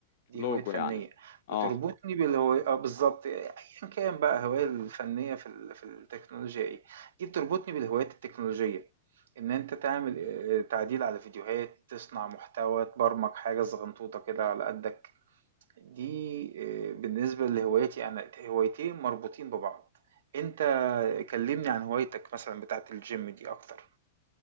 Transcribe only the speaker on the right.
دي
هواية فنية،
بتربطني بالهواي آه بالضبط، أيًا كان بقى الهواية الفنية في ال في التكنولوجيا إيه، دي بتربطني بالهوايات التكنولوجية، إن أنت تعمل آآ تعديل على فيديوهات، تصنع محتوى، تبرمج حاجة صغنطوطة كده على قدك. دي آآ بالنسبة لهوايتي أنا، هوايتين مربوطين ببعض. أنت كلّمني عن هوايتك مثلًا بتاعة الgym دي أكتر.